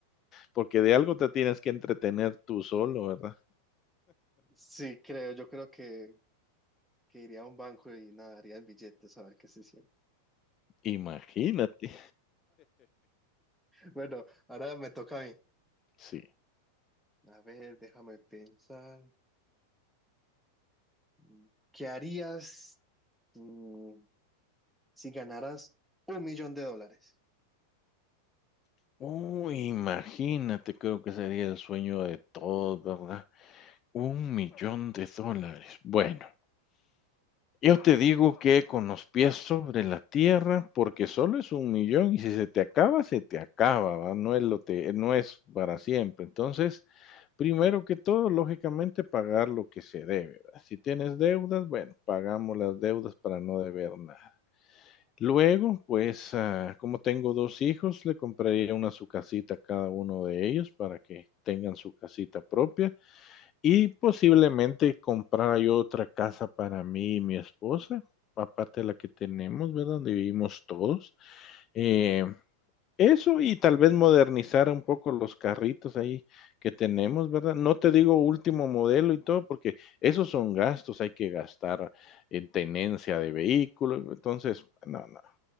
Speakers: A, on the left; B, in the centre.
A: porque de algo te tienes que entretener tú solo, ¿verdad?
B: Sí, creo, yo creo que, que iría a un banco y nadaría en billetes a ver qué se siente.
A: Imagínate,
B: Bueno, ahora me toca a mí.
A: sí.
B: A ver, déjame pensar. Mm, ¿Qué harías mm, si ganaras un millón de dólares?
A: Uy, imagínate, creo que sería el sueño de todos, ¿verdad? Un millón de dólares. Bueno. Yo te digo que con los pies sobre la tierra, porque solo es un millón y si se te acaba, se te acaba, ¿va? No es lo te, no es para siempre. Entonces, primero que todo, lógicamente, pagar lo que se debe, ¿va? Si tienes deudas, bueno, pagamos las deudas para no deber nada. Luego, pues, ah, como tengo dos hijos, le compraría una su casita a cada uno de ellos para que tengan su casita propia. Y posiblemente comprara yo otra casa para mí y mi esposa, aparte de la que tenemos, ¿verdad? Donde vivimos todos. Eh, eso y tal vez modernizar un poco los carritos ahí que tenemos, ¿verdad? No te digo último modelo y todo, porque esos son gastos, hay que gastar en tenencia de vehículo, entonces, no, no,